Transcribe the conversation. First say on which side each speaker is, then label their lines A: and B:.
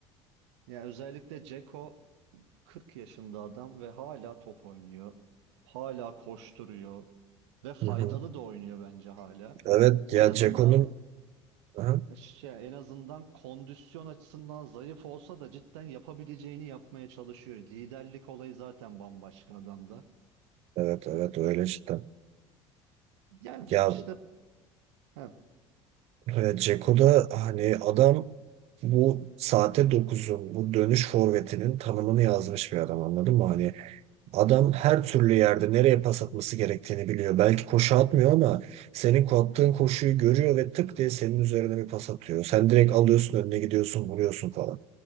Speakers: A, on the right; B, on the right.
A: Yani özellikle Ceko Kırk yaşında adam ve hala top oynuyor. Hala koşturuyor ve faydalı
B: Hı hı.
A: da oynuyor bence hala.
B: Evet
A: En
B: ya
A: azından
B: Ceko'nun Aha.
A: şey, en azından kondisyon açısından zayıf olsa da cidden yapabileceğini yapmaya çalışıyor. Liderlik olayı zaten bambaşka adamda.
B: Evet evet öyle işte.
A: Yani
B: Ya
A: işte heh,
B: e, Dzeko da hani adam bu saate dokuzun bu dönüş forvetinin tanımını yazmış bir adam anladın mı? Hani adam her türlü yerde nereye pas atması gerektiğini biliyor. Belki koşu atmıyor ama senin attığın koşuyu görüyor ve tık diye senin üzerine bir pas atıyor. Sen direkt alıyorsun önüne gidiyorsun, vuruyorsun falan.